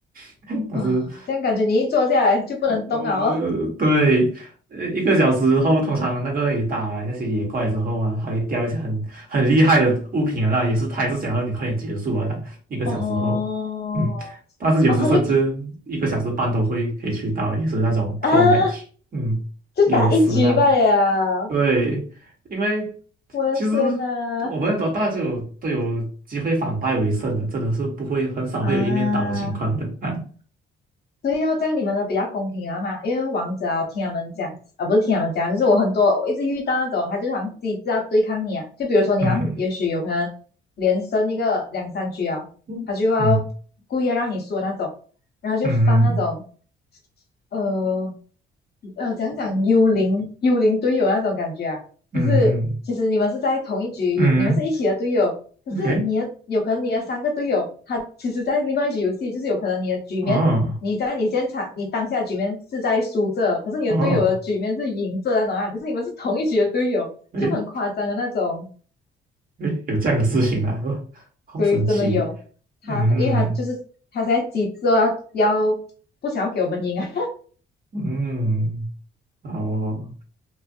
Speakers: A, on the right; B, on the left.
A: <laughs> 但是
B: 啊，这样感觉你一坐下来就不能动了哦，
A: 呃，对，呃，一个小时后，通常那个你打那些野怪之后啊，还会掉一些很很厉害的物品啊，那也是他也是想要你快点结束啊的。一个小时后，
B: 哦
A: 嗯，但是有时甚至一个小时半都会可以去到，
B: 哦，他就
A: 也是那种 pro
B: 啊
A: match，嗯，
B: 就打一局罢了，
A: 有时啦，对，因为
B: 我的天哪！
A: 其实我们多大就有都有机会反败为胜的，真的是不会很少会有一面倒的情况的啊，
B: 啊，对哦，这样你们的比较公平啊嘛，因为王者啊，我听他们讲啊，不是听他们讲，就是我很多我一直遇到那种，他就好像机制要对抗你啊，就比如说你好像也许有可能连胜一个两三局啊，
A: 嗯嗯嗯
B: 他就要故意要让你输的那种，然后就放那种
A: 嗯。嗯
B: 呃呃，讲讲幽灵幽灵队友那种感觉啊，
A: 嗯
B: 就是其实你们是在同一局，
A: 嗯
B: 有你们是一起的队友，可是你的有可能你的三个队友，
A: ，OK，
B: 他其实在另外一局游戏，就是有可能你的局面，
A: 哦
B: 你在你现场你当下局面是在输着，可是你的队友的局面是赢着那种啊，
A: 哦，
B: 可是你们是同一局的队友，
A: 诶
B: 就很夸张的那种，
A: 诶，有这样的事情啊，哦，好神奇，
B: 对，真的有他，
A: 嗯
B: 因为他就是他现在机制哦，要要不想要给我们赢啊，
A: 嗯，哦，